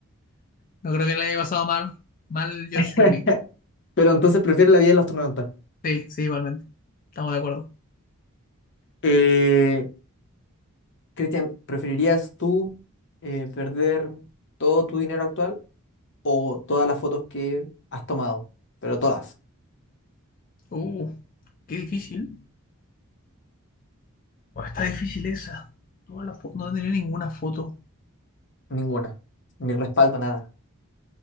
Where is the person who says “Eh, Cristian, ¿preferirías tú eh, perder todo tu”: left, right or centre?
Left